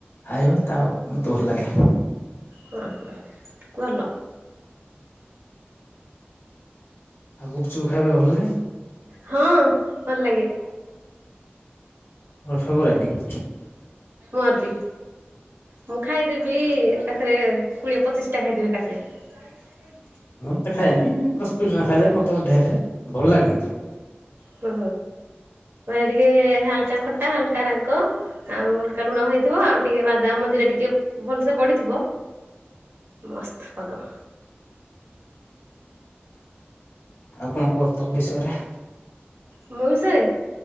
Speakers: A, on the left; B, on the right.
A: ଖାଇବ ତା ମୋତେ ଭଲ ଲାଗେ।
B: ହ ହ ଭଲ।
A: ଆଉ ଗୁପଚୁପ୍ ଖାଇବା ଭଲ ଲାଗେ।
B: ହଁ ଭଲ ଲାଗେ।
A: <unintelligible>
B: ମର ବି। ମୁଁ ଖାଇଦେବି ଏକାଥରେ କୋଡିଏ ପଚିଶ ଟା ଖାଇଦେବି ଏକାଥରେ। ଯାଇ ଥିଲେ।
A: ମଁତେ ଖଏନି ଦଶ କୋଡ଼ିଏ ଟଙ୍କା ଖାଇଲେ ମତେ ଢେରେ ଭଲ ଲାଗେ ନି।
B: ହୁଁ ମାନେ ଟିକେ ହାଲକା ଖଟା ହାଲକା ରାଗ ଆଉ ହଲକା ଲୁଣ ହେଇଥିବ ଆଉ ଟିକେ ବାଦାମ ମନ୍ଦିରେ ଟିକେ ଭଲସେ ପଡିଥିବ ମସ୍ତ ପାଗ।
A: ଆଉ କଣ କୁହ ତମ ବିଷୟରେ
B: ମୋ ବିଷୟରେ